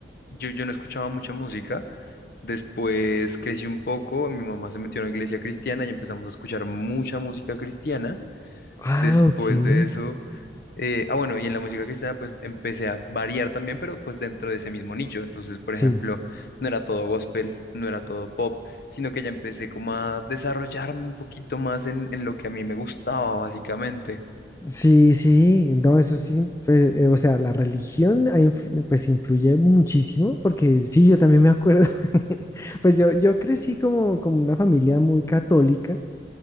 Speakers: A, on the left (about 55°); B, on the left (about 15°).
A: yo, yo no escuchaba mucha música. Después crecí un poco, mi mamá se metió en la iglesia cristiana y empezamos a escuchar mucha música cristiana.
B: Ah,
A: Después
B: ok.
A: de eso, eh, ah bueno, y en la música cristiana pues empecé a variar también, pero pues dentro de ese mismo nicho. Entonces, por
B: Sí.
A: ejemplo, no era todo gospel, no era todo pop, sino que ya empecé como a desarrollarme un poquito más en, en lo que a mí me gustaba, básicamente.
B: Sí, sí, no, eso sí, pues, eh, o sea, la religión ha influ- pues influye muchísimo, porque sí, yo también me acuerdo, <laughs> pues yo, yo crecí como, como una familia muy católica,